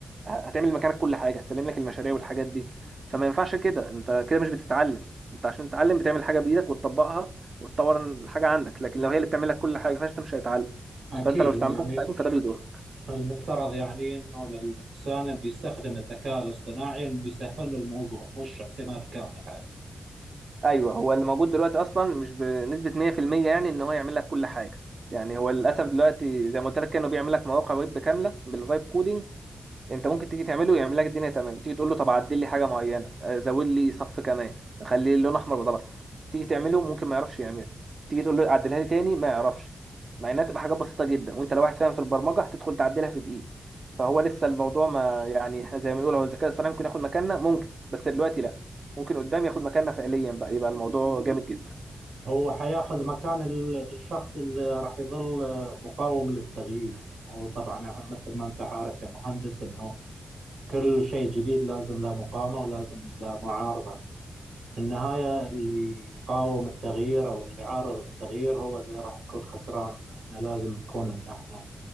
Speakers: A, on the right (about 40°); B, on the right (about 80°).
A: هتعمل مكانك كل حاجه هتسلم لك المشاريع والحاجات دي فما ينفعش كده انت كده مش بتتعلم انت عشان تتعلم بتعمل حاجه بايدك وتطبقها وتطور الحاجه عندك لكن لو هي اللي بتعمل لك كل حاجه فانت مش هتتعلم
B: اكيد
A: فانت لو استعملتها
B: انه يعني
A: في التعليم فده بيضر
B: المفترض يعني انه الانسان اللي بيستخدم الذكاء الاصطناعي انه يسهل له الموضوع مش اعتماد كامل عليه
A: ايوه هو اللي موجود دلوقتي اصلا مش بنسبه 100% يعني ان هو يعمل لك كل حاجه يعني هو للاسف دلوقتي زي ما قلت لك كانوا بيعمل لك مواقع ويب كامله بالفايب كودينج انت ممكن تيجي تعمله يعمل لك الدنيا تمام تيجي تقول له طب عدل لي حاجه معينه آه، زود لي صف كمان خلي اللون احمر بدل اصفر تيجي تعمله ممكن ما يعرفش يعمله تيجي تقول له عدلها لي تاني ما يعرفش مع انها تبقى حاجات بسيطه جدا وانت لو واحد فاهم في البرمجه هتدخل تعدلها في دقيقه فهو لسه الموضوع ما يعني احنا زي ما بنقول هو الذكاء الاصطناعي ممكن ياخد مكاننا ممكن بس دلوقتي لا ممكن قدام ياخد مكاننا فعليا بقى يبقى الموضوع جامد جدا
B: هو حياخذ مكان ال- الشخص اللي راح يظل مقاوم للتغيير وطبعا يعني مثل ما انت عارف يا مهندس انه كل شيء جديد لازم له مقاومه ولازم له معارضه في النهاية اللي يقاوم التغيير أو اللي يعارض التغيير هو اللي راح يكون خسران احنا لازم نكون إن احنا